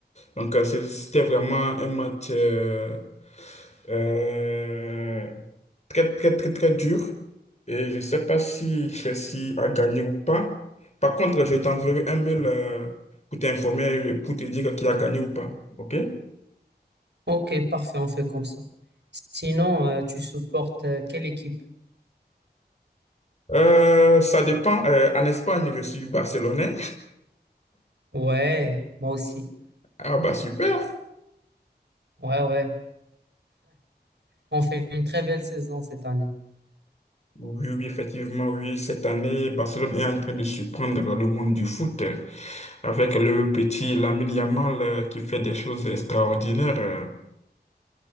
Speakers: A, on the left (about 40°); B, on the right (about 85°).
A: Donc, euh, c'est- c'était vraiment un match euh, euh, très, très, très, très dur. Et je ne sais pas si Chelsea a gagné ou pas. Par contre, je t'enverrai un mail euh, pour t'informer, euh, pour te dire qui a gagné ou pas. OK?
B: Ok, parfait, on fait comme ça. Sinon, euh, tu supportes euh, quelle équipe?
A: Euh, ça dépend. euh, en Espagne, je suis barcelonais.
B: Ouais, moi aussi.
A: Ah bah super.
B: Ouais, ouais. On fait une très belle saison cette année.
A: Oui, oui, effectivement, oui. Cette année, Barcelone est en train de surprendre le monde du foot euh, avec le petit Lamine Yamal euh, qui fait des choses extraordinaires. euh.